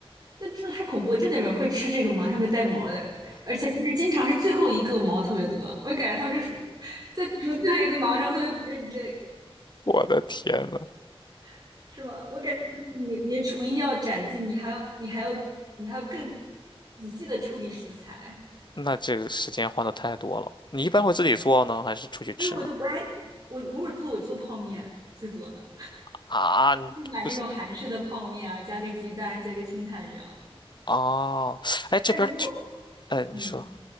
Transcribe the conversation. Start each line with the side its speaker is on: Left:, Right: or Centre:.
Right: 但真的太恐怖了，真的有人会吃这个吗？上面带毛的，而且就是经常是最后一个毛特别多，我感觉他们就是在除最后一个毛的时候特别不认真，
Left: 我的天呐！
Right: <laughs> 是吗？我感觉就是你你的厨艺要斩进，你还要你还要你还要更仔细的处理食材，
Left: 那这个时间花的太多了。你一般会自己做呢，还是出去吃呢？
Right: 所以我就不爱我偶尔做我做泡面最多的，
Left: 啊，你不是
Right: 就是买那种韩式的泡面啊，加个鸡蛋，加个青菜这样子。
Left: 哦，哎，这边儿去，
Right: 但如果
Left: 哎，
Right: 嗯，
Left: 你说